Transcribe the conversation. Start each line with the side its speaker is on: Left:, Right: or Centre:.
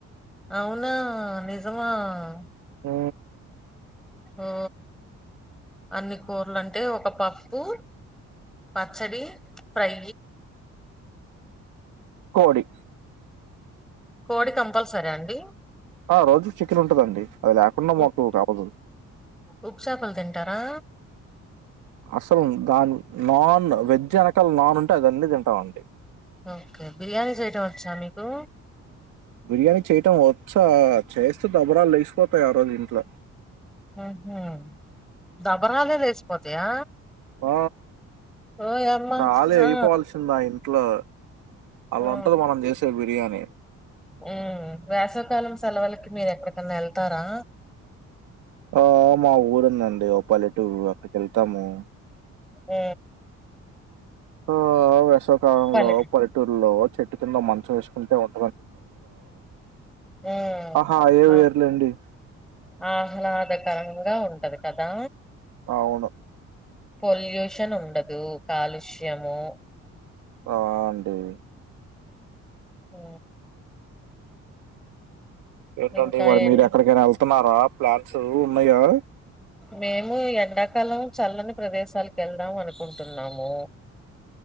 Centre: అవునా నిజమా ఆ
Right: ఊ
Centre: ఓ అన్ని కూరలు అంటే ఒక పప్పు పచ్చడి ఫ్రై
Right: కోడి
Centre: కోడి కంపల్సరా అండి
Right: ఆ రోజు చికెన్ ఉంటుదండి అది లేకుండా మాకు
Centre: ఉప్
Right: అవదు
Centre: ఉప్పు చేపలు తింటారా
Right: అసలు దాని నాన్ వెజ్ వెనకాల నాన్ ఉంటే అది అన్నీ తింటాం అండి
Centre: ఓకే బిర్యానీ చేయటం వచ్చా మీకు
Right: బిర్యానీ చేయటం వచ్చా చేస్తే దబరాలు లేచి పోతాయ్ ఆ రోజు ఇంట్లో
Centre: ఆహా దబరాలే లేసిపోతయా
Right: ఆ
Centre: ఓయ్ అమ్మా
Right: ఖాళీ అయిపోవాల్సిందా
Centre: ఆ
Right: ఇంట్లో అలా
Centre: ఆ
Right: ఉంటది మనం చేసే బిర్యానీ
Centre: ఉ వేసవ కాలం సెలవుళకి మీరు ఎక్కడికన్నా ఎళ్తారా
Right: ఆ మా ఊరుందండి ఓ పల్లెటూరు అక్కడి వెళ్తాము
Centre: ఊ
Right: ఆ అవు కాలంలో
Centre: పల్లెటూ
Right: పల్లెటూరులో చెట్టు కింద మంచం వేసుకుంటే ఉం
Centre: ఊ
Right: ఆహా ఏ
Centre: ఆ
Right: వేర్లేండి
Centre: ఆహ్లాదకరంగా ఉంటది కదా
Right: అవును
Centre: పొల్యూషన్ ఉండదు కాలుష్యము
Right: ఆ అండి
Centre: మ్
Right: ఏంటండీ
Centre: ఇంకా
Right: మరి
Centre: ఏంటి
Right: మీరు ఎక్కడికైనా వెళ్ కొన్నారా ప్లాట్స్ ఉన్నాయా
Centre: మేము ఎండాకాలం చల్లని ప్రదేశాలకు వెళ్దాం అనుకుంటున్నాము